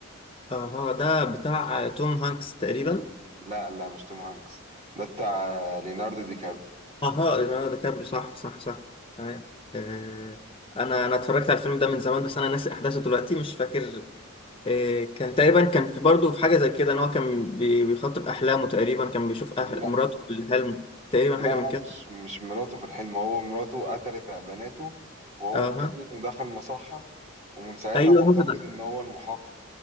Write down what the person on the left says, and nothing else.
اها ده بتاع توم هانكس تقريبا
اها ليوناردو دي كابريو صح صح صح تمام آه، انا انا اتفرجت على الفيلم ده من زمان بس انا ناسي احداثه دلوقتي مش فاكر آه، كان تقريبا كان في برضه في حاجه زي كده ان هو كان بي- بيخاطب احلامه تقريبا كان بيشوف أحل...
مراته في الحلم تقريبا
حاجه من
كده
اها
ايوه
هو ده